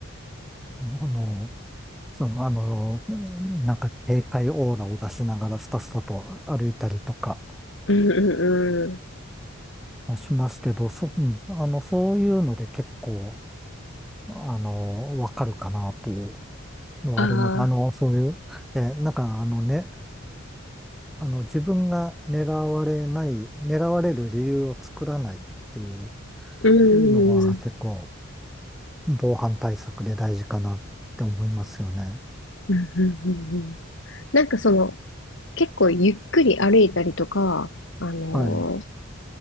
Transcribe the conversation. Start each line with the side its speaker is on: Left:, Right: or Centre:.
Centre: あの、その、あの、なんか警戒オーラを出しながらスタスタと歩いたりとか
Left: うん、うん。
Centre: まあしますけど、そ、うん、あの、そういうので結構、あの、わかるかなという。のあるので、
Left: ああ、
Centre: あの、そういう、えーなんかあのね、あの、自分が狙われない、狙われる理由を作らないっていう、
Left: うん、
Centre: そういうのは結構
Left: うん、
Centre: 防犯対策で大事かなって思いますよね。
Left: うん、うんうんうん。なんかその、結構ゆっくり歩いたりとか、あのー
Centre: はい。